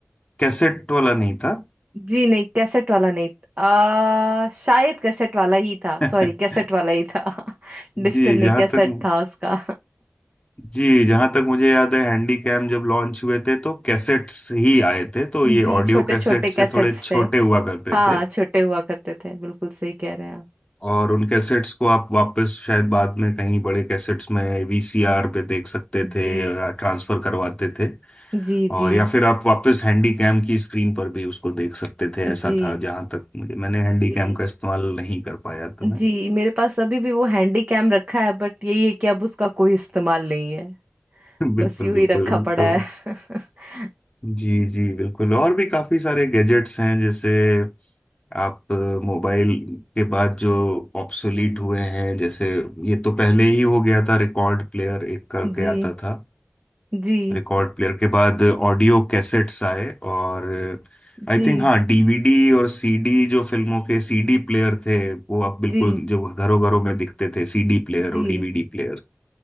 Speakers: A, on the left; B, on the right.
A: कैसेट वाला नहीं था
B: जी नहीं कैसेट वाला नहीं आ, शायद कैसेट वाला ही था
A: <laughs>
B: सॉरी कैसेट वाला ही था <laughs> डिजिटल
A: जी
B: नहीं
A: जहाँ
B: कैसेट
A: तक
B: था उसका
A: जी जहाँ तक मुझे याद है हैंडीकैम जब लॉन्च हुए थे तो कैसेट्स ही आए
B: <laughs>
A: थे तो
B: जी
A: ये ऑडियो
B: छोटे
A: कैसेट
B: छोटे कैसेट्स
A: से थोड़े छोटे
B: थे
A: हुआ करते
B: हाँ
A: थे
B: छोटे हुआ करते थे बिल्कुल सही कह रहे हैं आप
A: और उन कैसेट्स को आप वापस शायद बाद में कहीं बड़े कैसेट्स में वीसीआर पे देख सकते
B: जी
A: थे या ट्रांसफर करवाते थे
B: जी
A: और
B: जी
A: या फिर आप वापस हैंडी कैम की स्क्रीन पर भी उसको देख सकते थे ऐसा
B: जी
A: था जहां तक मुझे मैंने हैंडी
B: जी
A: कैम का इस्तेमाल नहीं कर पाया तो मैं
B: जी मेरे पास अभी भी वो हैंडी कैम रखा है बट यही है कि अब उसका कोई इस्तेमाल नहीं है
A: <laughs>
B: बस
A: बिल्कुल
B: यूं
A: बिल्कुल
B: ही रखा पड़ा
A: तो
B: है <laughs>
A: जी जी बिल्कुल और भी काफी सारे गैजेट्स हैं जैसे आप मोबाइल के बाद जो ऑब्सोलीट हुए हैं जैसे ये तो पहले ही हो गया था रिकॉर्ड प्लेयर एक करके
B: जी
A: आता था
B: जी
A: रिकॉर्ड प्लेयर के बाद ऑडियो कैसेट्स आए और आई
B: जी
A: थिंक हाँ डीवीडी और सीडी जो फिल्मों के सीडी प्लेयर थे वो अब बिल्कुल
B: जी
A: जो घरों घरों में दिखते थे सीडी प्लेयर
B: जी
A: और डीवीडी प्लेयर